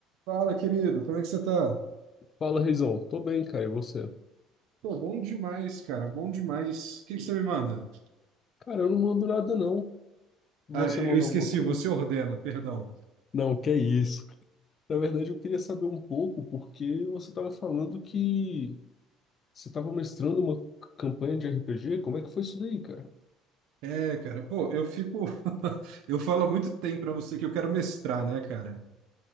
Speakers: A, on the right (about 70°); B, on the left (about 25°).
A: Fala, querido, como é que você tá?
B: Fala, Reizão. Tô bem, cara. E você?
A: Pô, bom demais, cara, bom demais. O que que você me manda?
B: Cara, eu não mando nada, não. Você
A: Ah, eu
B: manda
A: eu esqueci,
B: alguma coisa?
A: você ordena, perdão.
B: Não, que isso. Na verdade, eu queria saber um pouco, porque você estava falando que você estava mestrando uma c- campanha de RPG. Como é que foi isso daí, cara?
A: É, cara, pô, eu fico. <laughs> Eu falo há muito tempo pra você que eu quero mestrar, né, cara?